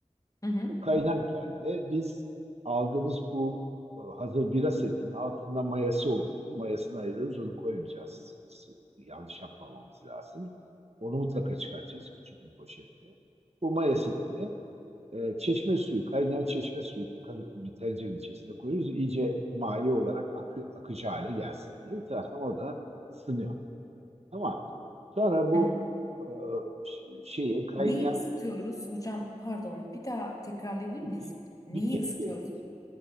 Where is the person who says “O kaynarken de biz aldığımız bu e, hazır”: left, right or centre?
Right